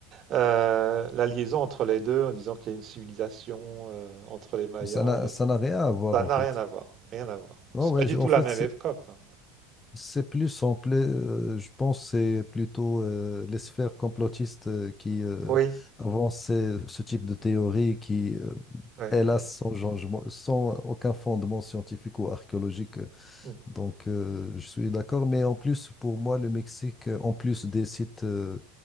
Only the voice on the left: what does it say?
Mais Ça n'a,
ça n'a rien à voir,
en
fait.
Oh,
ouais,
je-
en fait,
c'est
C'est plus simple, euh, je pense c'est plutôt euh, les sphères complotistes euh, qui euh,
avancent ce ce type de théorie qui, euh,
hélas,
sans, changement- sans aucun fondement scientifique ou archéologique. euh,
Donc, euh, je suis d'accord. Mais en plus, pour moi, le Mexique, euh, en plus des sites euh,